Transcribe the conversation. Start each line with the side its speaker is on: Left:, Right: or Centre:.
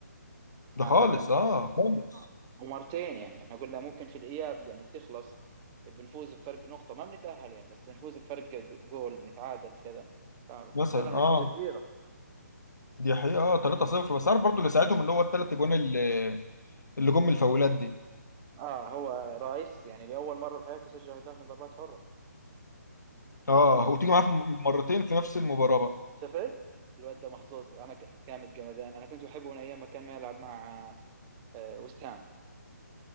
Left: ده
Right: ما
Left: خالص
Right: حدا كان
Left: اه خالص
Right: آه. ومرتين يعني احنا قلنا ممكن في الاياب يعني بتخلص بنفوز بفرق نقطه ما بنتاهل يعني بس بنفوز بفرق ج- جول نتعادل كذا فخسرنا
Left: مثلا اه
Right: بنتيجه كبيره
Left: دي حقيقة اه 3-0 بس عارف برضو اللي ساعدهم ان هو الثلاث اجوان اللي اللي جم من الفاولات دي
Right: اه هو رايس يعني لاول مره بحياته سجل اهداف من ضربات حره
Left: اه وتيجي معاه في م- مرتين في نفس المباراة بقى
Right: شفت الواد ده محظوظ انا ك- جامد جمدان انا كنت بحبه من ايام ما كان ما يلعب مع آه، ويست هام